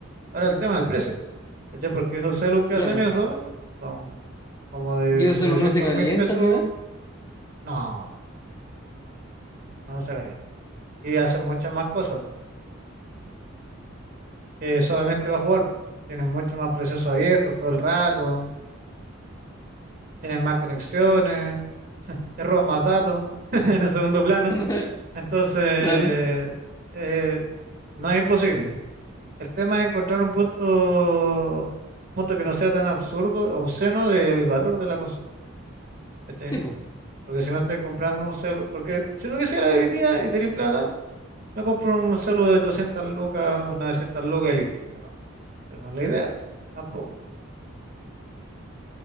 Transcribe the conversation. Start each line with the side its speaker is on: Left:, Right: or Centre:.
Right: Ahora el tema del precio, ¿cachai? Porque esos celus que
Left: Claro.
Right: hacen eso son como de
Left: Y esos
Right: setecientos
Left: alumnos se calienta
Right: mil pesos,
Left: ni nada.
Right: no, no no se calienta. Y hacen muchas más cosas que solamente va a jugar. Tienen mucho más proceso abierto todo el rato, tienen más conexiones, <laughs> te roban más datos <laughs> en el segundo plano.
Left: <laughs>
Right: Entonces,
Left: Claro.
Right: eh, no es imposible. El tema es encontrar un punto, punto que no sea tan absurdo, obsceno del valor de la consola, ¿cachai?
Left: Sí, pues.
Right: Porque si no estás comprando un celu, porque si tú quisieras hoy día y tenés plata, me compro un celu de 800 lucas, 900 lucas y listo. Pero, pero no es la idea, tampoco.